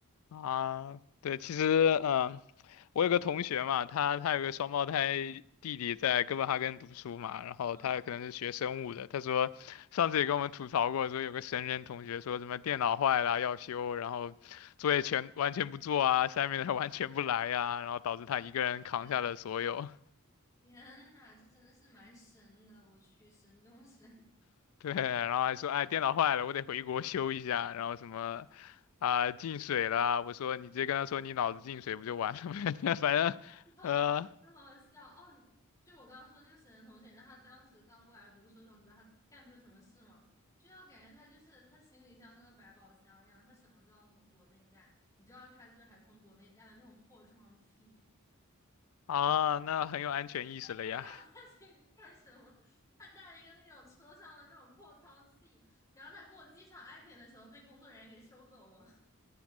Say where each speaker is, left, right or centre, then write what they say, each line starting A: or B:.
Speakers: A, on the left; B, on the left.
A: 啊，对，其实嗯、我有个同学嘛，他他有个双胞胎弟弟在哥本哈根读书嘛，然后他可能是学生物的。
B: 嗯
A: 他说上次也跟我们吐槽过，说有个神人同学说什么电脑坏了要修，然后作业全完全不做啊下面的 i 完全不来呀、然后导致他一个人扛下了所有。
B: 呀，天呐，这真的是蛮神的，我去，神中神。
A: <laughs> 对，然后还说哎电脑坏了，我得回国修一下，然后什么啊、进水了，我说你直接跟他说你脑子进水不就完了呗，<laughs> 反正呃
B: <laughs> 笑，太好笑哦！就我刚刚说这个沈腾同学，你知道他当时刚过来读书的时候，你知道他干出什么事吗？就是我感觉他就是他行李箱跟个百宝箱一样，他什么都要从国内带。你知道他就是还从国内带了那种破窗器，
A: 啊那很有安全意识了呀。
B: <laughs> 我不知道他这个干什么。他带了一个那种车上的那种破窗器，然后他过机场安检的时候被工作人员给收走了。